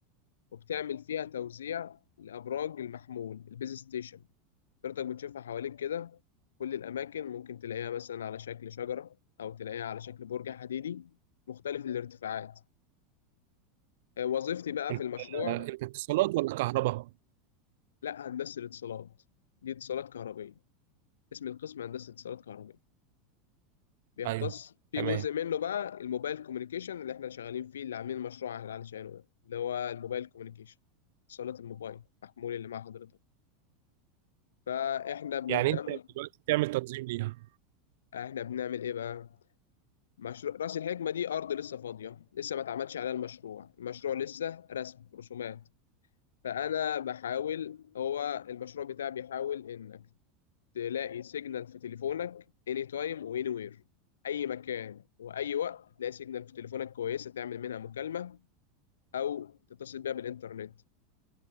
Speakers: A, on the left (about 90°); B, on the right (about 70°).
A: وبتعمل فيها توزيع لأبراج المحمول البيز ستيشن حضرتك بتشوفها حواليك كده كل الأماكن ممكن تلاقيها مثلا على شكل شجرة أو تلاقيها على شكل برج حديدي مختلف الارتفاعات آه، وظيفتي بقى
B: انت
A: في المشروع
B: انت اتصالات ولا كهرباء
A: لا هندسة الاتصالات دي اتصالات كهربية اسم القسم هندسة اتصالات كهربية بيختص
B: ايوه
A: في
B: تمام
A: جزء منه بقى الموبايل كوميونيكيشن اللي احنا شغالين فيه اللي عاملين مشروع علشانه ده اللي هو الموبايل كوميونيكيشن اتصالات الموبايل محمول اللي مع حضرتك فاحنا بنهتم
B: يعني انت دلوقتي بتعمل تنظيم ليها
A: احنا بنعمل ايه بقى مشروع راس الحكمه دي ارض لسه فاضيه لسه ما اتعملش عليها المشروع المشروع لسه رسم رسومات فانا بحاول هو المشروع بتاعي بيحاول انك تلاقي سيجنال في تليفونك اني تايم واني وير اي مكان واي وقت تلاقي سيجنال في تليفونك كويسه تعمل منها مكالمه او تتصل بيها بالانترنت